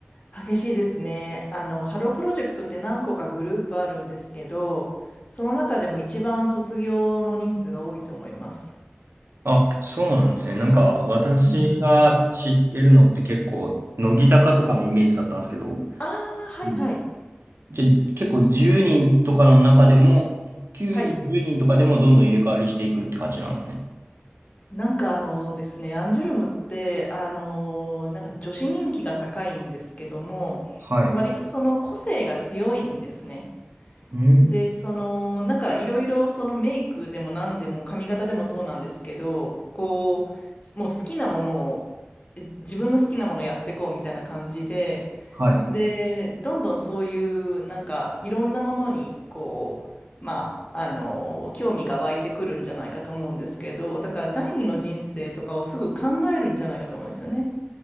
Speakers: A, on the left; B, on the right.
A: 激しいですね。あの、ハロープロジェクトって何個かグループあるんですけど、その中でも一番卒業の人数が多いと思います。
B: あ、そうなんですね。なんか、私が知ってるのって結構、
A: うん。
B: 乃木坂とかのイメージだったんですけど、
A: ああ、はいはい。
B: うんじゃ、結構10人とかの中でも、9人、
A: はい。
B: 10人とかでもどんどん入れ替わりしていくって感じなんですね。
A: なんかあのですね、アンジュルムって、あのーなんか女子人気が高いんですけども、
B: はい。
A: 割とその個性が強いんですね。
B: うん。
A: で、その、なんかいろいろそのメイクでも何でも髪型でもそうなんですけど、こう、もう好きなものを、え自分の好きなものやってこうみたいな感じで、
B: はい。
A: で、どんどんそういうなんかいろんなものに、こう、まあ、あの、興味が湧いてくるんじゃないかと思うんですけど、だから第二の人生とかをすぐ考えるんじゃないかと思うんですよね。